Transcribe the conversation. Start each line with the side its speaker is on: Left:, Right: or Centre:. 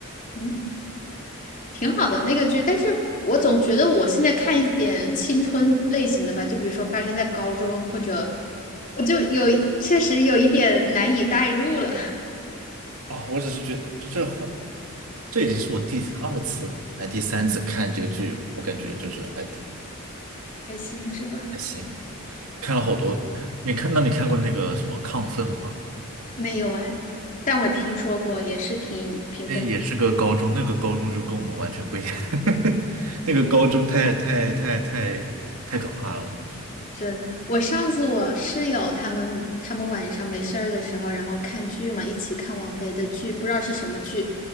Left: 嗯，挺好的那个剧，但是我总觉得我现在看一点青春类型的吧，就比如说发生在高中或者，我就有确实有一点难以代入了，
Right: 哦，我只是觉得这这很，这已经是我第二次哎第三次看这个剧了，我感觉就是还挺
Left: <laughs> 开心是吧？
Right: 还行，看了好多。你看，那你看过那个什么《亢奋》吗？
Left: 没有哎，但我听说过，也是挺评分
Right: 那也是个高中，那个高中就跟我们完全不一样，<laughs> 那个高中太太太太太可怕了。
Left: 真。我上次我室友他们他们晚上没事儿的时候，然后看剧嘛，一起看王菲的剧，不知道是什么剧，